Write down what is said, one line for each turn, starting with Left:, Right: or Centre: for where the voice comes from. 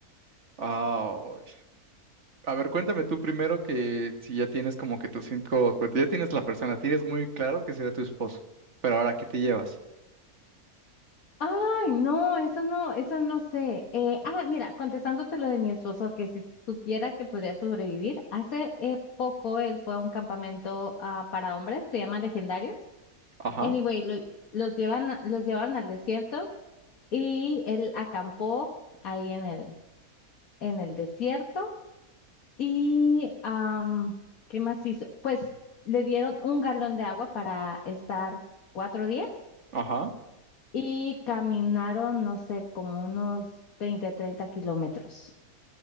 Right: Ah, a ver, cuéntame tú primero que si ya tienes como que tus cinco, pues ya tienes la persona, tienes muy claro que será tu esposo, pero ahora, ¿qué te llevas?
Left: Ay, no, eso no, eso no sé. Eh, ah, mira, contestándote lo de mi esposo, que si supiera que podría sobrevivir, hace eh, poco él fue a un campamento ah, para hombres, se llama Legendarios.
Right: Ajá,
Left: Anyway, lo- los llevan, a- los llevaron al desierto y él acampó ahí en el, en el desierto. Y, am, ¿qué más hizo? Pues le dieron un galón de agua para estar cuatro días
Right: ajá.
Left: y caminaron, no sé, como unos 20 30 kilómetros